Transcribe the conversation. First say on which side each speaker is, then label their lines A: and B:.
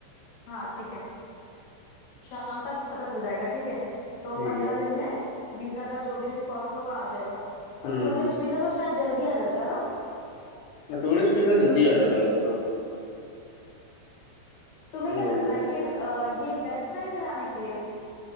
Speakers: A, on the left; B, on the left.
A: हाँ ठीक है शाम तक पता चल जाएगा ठीक है तो
B: ठीक
A: पंद्रह
B: है
A: दिन में वीजा का जो भी रिस्पॉन्स होगा आ जाएगा और
B: हम्म
A: टूरिस्ट वीजा तो शायद जल्दी आ जाता है ना
B: टूरिस्ट वीजा जल्दी आ जाता है ऐसे तो
A: तुम्हें
B: सही
A: क्या
B: बोल
A: लगता
B: रही हो
A: है कि अ, ये बेस्ट टाइम है जाने के लिए